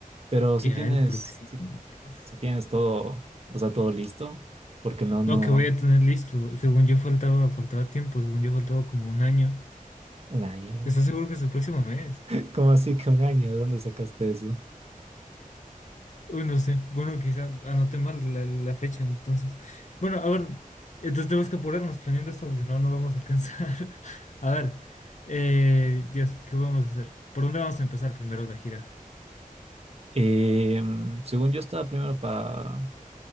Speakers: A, on the right; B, on the left.
A: Pero si
B: Ya
A: tienes.
B: el próximo
A: Si,
B: mes.
A: si tienes todo. O sea, todo listo. Porque no, no.
B: No, que voy a tener listo. Según yo faltaba, faltaba tiempo, según yo faltaba como un año.
A: Un año.
B: ¿Estás seguro que es el próximo mes?
A: <laughs> ¿Cómo así que un año? ¿De dónde sacaste eso?
B: Uy, no sé. Bueno, quizá anoté mal la, la fecha, entonces. Bueno, a ver, entonces tenemos que apurarnos planeando esto, porque si no, no vamos a alcanzar. <laughs> A ver, eh, Dios, ¿qué vamos a hacer? ¿Por dónde vamos a empezar primero la gira?
A: Eh, mm, según yo estaba primero para